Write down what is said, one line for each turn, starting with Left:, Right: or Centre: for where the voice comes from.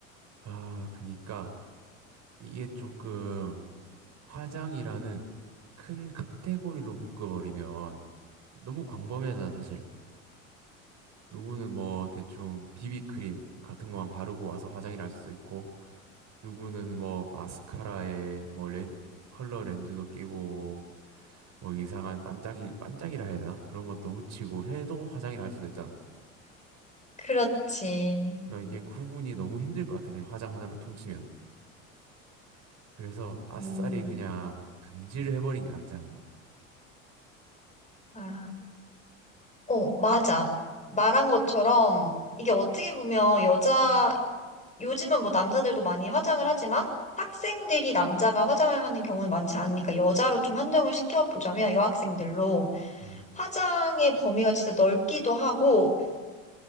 Right: 아 그니까 이게 조금 화장이라는 큰 카테고리로 묶어버리면 너무 광범위하잖아 사실 누구는 뭐 대충 비비크림 같은 것만 바르고 와서 화장을 할 수도 있고, 누구는 뭐 마스카라에 뭐 렌, 컬러 렌즈도 끼고, 뭐 이상한 반짝이, 반짝이라 해야 되나? 그런 것도 묻히고 해도 화장을 할 수도 있잖아.
Left: 그렇지.
Right: 그러니까 이게 구분이 너무 힘들 것 같아. 그냥 화장 하나로 퉁치면. 그래서 아싸리
Left: 음,
Right: 그냥 금지를 해버린 게 낫지 않나.
Left: 아. 어, 맞아. 말한 것처럼 이게 어떻게 보면 여자, 요즘은 뭐 남자들도 많이 화장을 하지만 학생들이 남자가 화장을 하는 경우는 많지 않으니까 여자로 좀 한정을 시켜보자면 여학생들로
Right: 음,
Left: 화장의 범위가 진짜 넓기도 하고